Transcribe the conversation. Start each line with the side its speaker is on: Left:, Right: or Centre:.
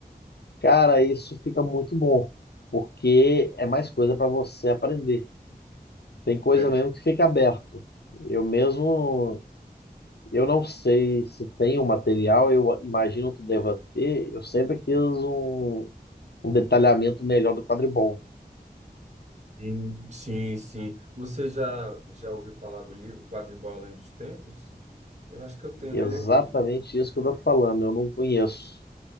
Left: cara, isso fica muito bom, porque é mais coisa para você aprender. Tem coisa
Right: é.
Left: mesmo que fica aberto. Eu mesmo, eu não sei se tem o material, eu imagino que deva ter. Eu sempre quis um, um detalhamento melhor do quadribol.
Right: Hum, sim, sim. Você já, já ouviu falar do livro Quadribol Além dos Tempos? Eu acho que eu tenho
Left: Exatamente
Right: ele aqui.
Left: isso que eu tô falando, eu não conheço.